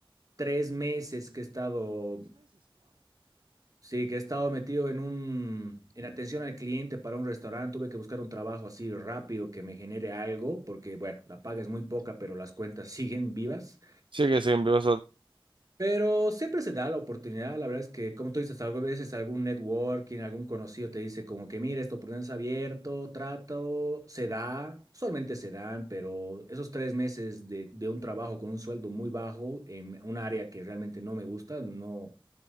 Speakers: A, on the right; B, on the right.
A: tres meses que he estado, sí, que he estado metido en un, en atención al cliente para un restaurante, tuve que buscar un trabajo así rápido que me genere algo, porque bueno, la paga es muy poca, pero las cuentas <laughs> siguen vivas.
B: Sí, que sí, en vivo,
A: Pero siempre se da la oportunidad, la verdad es que, como tú dices, algunas veces algún networking, algún conocido te dice como que, mira, esta oportunidad está abierto, trato, se da, usualmente se dan, pero esos tres meses de, de un trabajo con un sueldo muy bajo en un área que realmente no me gusta, no,